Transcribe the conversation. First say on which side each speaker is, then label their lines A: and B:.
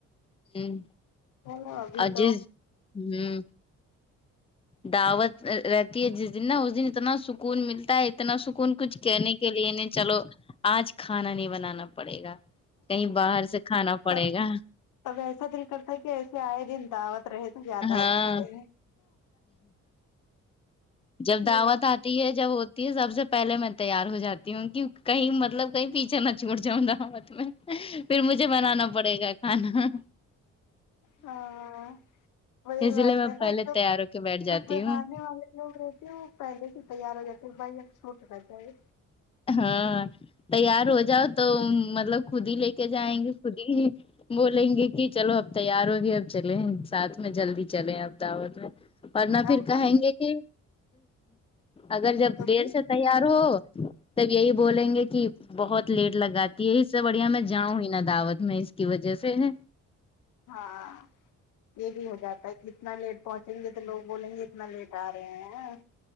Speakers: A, on the left; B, on the left.
A: ہم
B: چلو ابھی
A: اجیز
B: تو
A: ہوں دعوت رہتی ہے جس دن نا اس دن اتنا سکون ملتا ہے اتنا سکون کچھ کہنے کے لیے نہیں چلو آج کھانا نہیں بنانا پڑے گا کہیں باہر سے کھانا پڑے
B: تب
A: گا
B: اب ایسا دل کرتا کہ ایسے آئے دن دعوت رہتے زیادہ
A: ہاں
B: اچھا ہے
A: جب دعوت
B: یہ بات
A: آتی ہے جب یہ سب سے پہلے میں تیار ہو جاتی ہوں کہ کہیں مطلب کہیں پیچھے نہ چھوٹ جاؤںا ہت میں پھر مجھے بنانا پڑے گا کھانا
B: ہاں وہی
A: اس
B: بات
A: لیے میں
B: ہے
A: پہلے
B: نا جب
A: تیار ہو کے بیٹھ جاتی
B: جب بنانے
A: ہوں
B: والے وہ رہتے ہیں وہ پہلے ہی تیار ہو جاتے ہیں بھائی اب چھوٹ رہتا ہے
A: ہاں تیار ہو جاؤ تو مطلب خود ہی لے کے جائیں گے خود ہی بولیں گے کہ چلو اب تیار ہوگی اب چلیں ساتھ میں جلدی چلیں اب دعوت میں ورنہ
B: ہاں
A: پھر کہیں گے کہ اگر جب
B: تم
A: دیر
B: بھی
A: سے تیار ہو تب یہی بولیں گے کہ بہت لیٹ لگاتی ہے اس سے بڑھیا میں جاؤں ہی نا دعوت میں اس کی وجہ سے ہے
B: ہاں یہ بھی ہو جاتا ہے کہ اتنا لیٹ پہنچیں گے تو لوگ بولیں گے اتنا لیٹ آ رہے ہیں